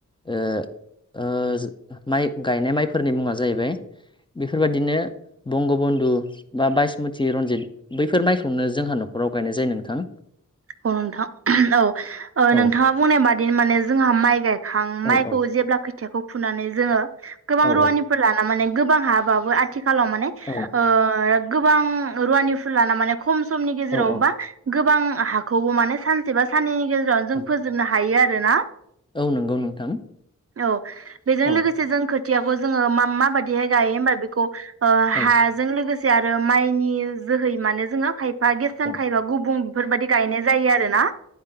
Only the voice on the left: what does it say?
ओ ओ जो माइ गायनाय माइफोरनि मुङा जाहैबाय बेफोरबादिनो बंग' बन्धु बा बायसमति रनजित बैफोर माइखौनो जोंहा न'खर राव गायनाय जायो नोंथां।
औ
औ
औ
औ
औ
औ औ
औ
औ नोंगौ नोंथां।
औ
औ
औ